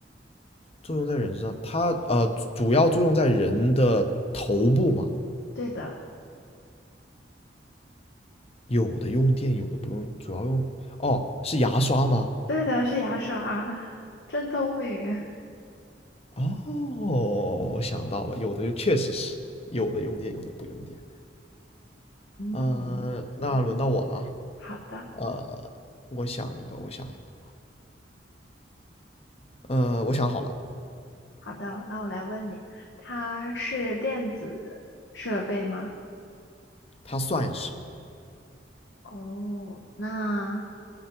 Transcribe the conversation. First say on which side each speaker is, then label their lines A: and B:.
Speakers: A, on the left (about 35°); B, on the left (about 75°).
A: 作用在人身上，它呃主要作用在人的头部嘛。
B: 对的，
A: 有的用电，有的不用，主要用哦是牙刷吗？
B: 对的，是牙刷啊，真聪明，<laughs>
A: 哦，我想到了，有的就确实是有的用电，有的不用电。
B: 嗯，
A: 嗯，那轮到我了啊
B: 好的，
A: 呃，我想一个，我想一个。呃，我想好了，
B: 好的，那我来问你，它是电子设备吗？
A: 它算是。
B: 哦，那